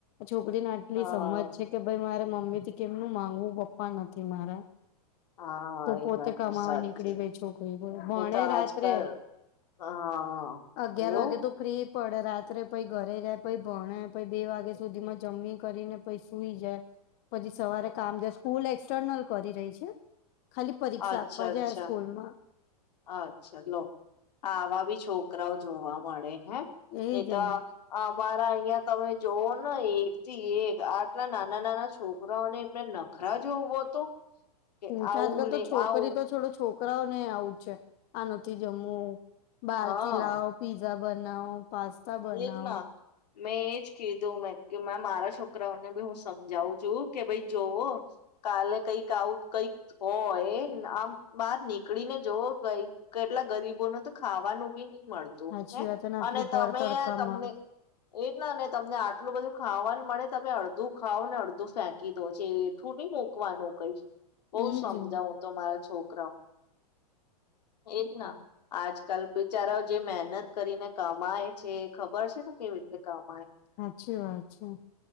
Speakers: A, on the left (about 35°); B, on the left (about 85°).
A: છોકરીને આટલી
B: હા
A: સમજ છે કે ભઈ મારે મ મમ્મી થી કેમનું માંગવું પપ્પા નથી મારા.
B: હા
A: તો
B: એ
A: પોતે
B: વાત
A: કમાવા
B: તો સાચી
A: નીકળી ગઈ છોકરી બોલો. ભણે
B: નહી તો આજકાલ
A: રાત્રે,
B: હા
A: અગિયાર
B: એવું
A: વાગે તો ફ્રી પડે રાત્રે પહી ઘરે જ જાય, પહી ભણે, પહી બે વાગ્યા સુધી માં જમી કરીને પહી સુઈ જાય. પછી સવારે કામ જ સ્કૂલ એક્સટર્નલ કરી રહી છે. ખાલી પરીક્ષા
B: અચ્છા
A: આપવા
B: અચ્છા
A: જાય સ્કૂલમાં.
B: અચ્છા લો આવા બી છોકરાઓ જોવા મળે. હે
A: એજ
B: નહીં તો
A: ને
B: અહ મારા અહિયાં તમે જોવો ને એક થી એક આટલા નાના-નાના છોકરાઓને એમને નખરા જોવો તો. કે
A: હું છે
B: આવું
A: આજકાલ
B: ને
A: તો છોકરી
B: આવું
A: તો છોડો છોક છોકરાઓ ને આવું છે આનથી જમવુ બારથી
B: હા
A: લાવ પીઝા બનાવ પાસ્તા બનાવ
B: એજ ના મેં એજ કીધું મેં કે મારા છોકરાઓને બી હું સમજાવું છું કે ભાઈ જોવો કાલે કઈક આવું કઈક હોય આમ બહાર નીકળી ને જવો કઈ કેટલા ગરીબોને તો ખાવાનું બી નહી મળતું
A: સાચી
B: હે
A: વાત ને આટલી
B: અને તો
A: ભર
B: અમે
A: તડકામાં
B: તમને એ જ નાને તમને આટલું બધું ખાવાનું મળે તમે અડધું ખાવ ને અડધું ફેંકી દો છે એઠું નહી મુકવાનું કઈ બઉ
A: એજ
B: સમજાવું
A: ને.
B: તમારા છોકરા એજ ના આજકાલ બિચારાઓ જે મહેનત કરીને કમાય છે ખબર છે ને કેવી રીતે કામ
A: હાચી વાત છે